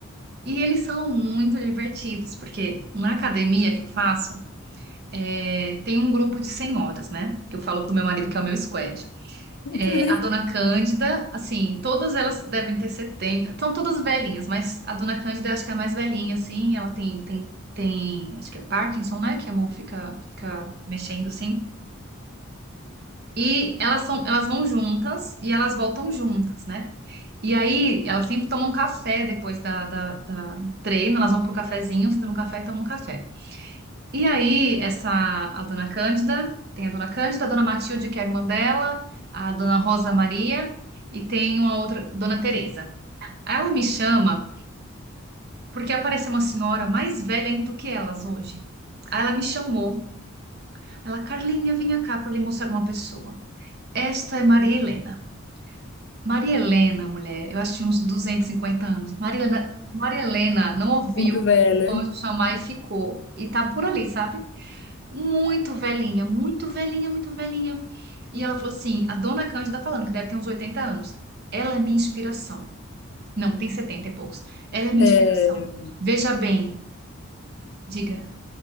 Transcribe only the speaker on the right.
E eles são muito divertidos, porque na academia que eu faço, é, tem um grupo de senhoras, né? Que eu falo pro meu marido que é o meu squad.
É, a dona Cândida, assim, todas elas devem ter 70, são todas velhinhas, mas a dona Cândida eu acho que é a mais velhinha, assim, ela tem, tem, tem, acho que é Parkinson, né? Que a mão fica, fica mexendo, assim. E elas são, elas vão juntas e elas voltam juntas, né? E aí, elas sempre tomam café depois da, da, da do treino, elas vão pro cafezinho, sentam no café e tomam café. E aí, essa, a dona Cândida, tem a dona Cândida, a dona Matilde, que é a irmã dela, a dona Rosa Maria e tem uma outra, dona Teresa. Aí ela me chama porque apareceu uma senhora mais velha ainda do que elas hoje. Aí ela me chamou, ela, Carlinha, vinha cá para lhe mostrar uma pessoa. Esta é Maria Helena. Maria Helena, mulher, eu acho que tinha uns 250 anos. Maria Helena, Maria Helena não ouviu
o anjo chamar e ficou. E tá por ali, sabe? Muito velhinha, muito velhinha, muito velhinha. E ela falou assim: a dona Cândida tá falando, que deve ter uns 80 anos, ela é minha inspiração. Não, tem 70 e poucos. Ela é minha
inspiração. Veja bem, diga.